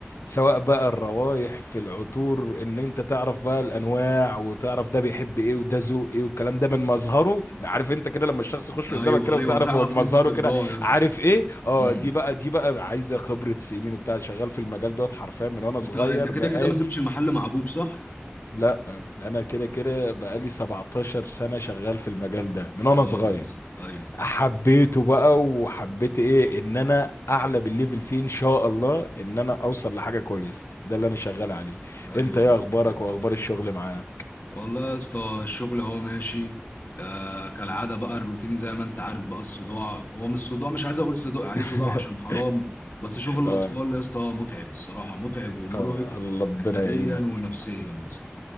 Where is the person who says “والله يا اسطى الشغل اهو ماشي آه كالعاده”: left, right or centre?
Left